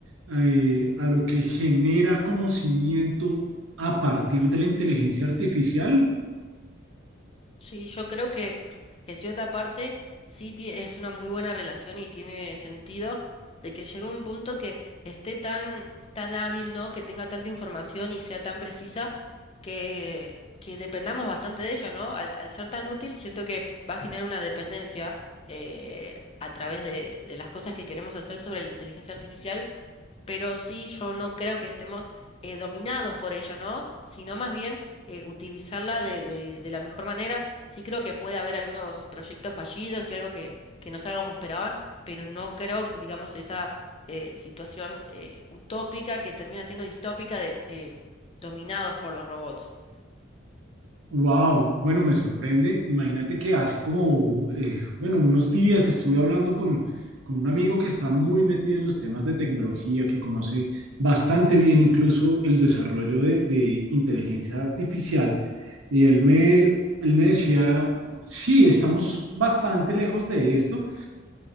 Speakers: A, on the right; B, on the left.
A: eh, a lo que genera conocimiento a partir de la inteligencia artificial,
B: Sí, yo creo que en cierta parte sí ti- es una muy buena relación y tiene sentido de que llegue un punto que esté tan, tan hábil, ¿no? Que tenga tanta información y sea tan precisa que, que dependamos bastante de ella, ¿no? Al, al ser tan útil, siento que va a generar una dependencia eh, a través de, de las cosas que queremos hacer sobre la inteligencia artificial pero sí yo no creo que estemos eh, dominados por ella, ¿no? Sino más bien eh, utilizarla de, de- de la mejor manera. Sí creo que puede haber algunos proyectos fallidos y algo que, que no salga como esperaban, pero no creo, digamos, esa eh, situación eh, utópica que termina siendo distópica de eh, dominados por los robots. <laughs>
A: wow, bueno, me sorprende. Imagínate que hace como, eh, bueno, unos días estuve hablando con, con un amigo que está muy metido en los temas de tecnología, que conoce bastante bien incluso el desarrollo de, de inteligencia artificial. Y él me, él me decía, sí, estamos bastante lejos de esto,